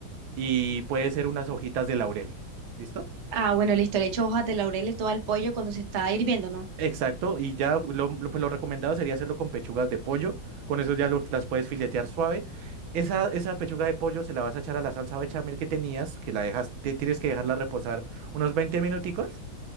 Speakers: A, on the right (about 80°); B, on the right (about 50°).
A: y puede ser unas hojitas de laurel. ¿Listo?
B: Ah, bueno, listo. Le echo hojas de laurel y todo al pollo cuando se está hirviendo, ¿no?
A: Exacto, y ya lo, lo- pues lo recomendado sería hacerlo con pechugas de pollo, con eso ya lo- las puedes filetear suave. Esa, esa pechuga de pollo se la vas a echar a la salsa bechamel que tenías, que la dejas, te- tienes que dejarla reposar unos 20 minuticos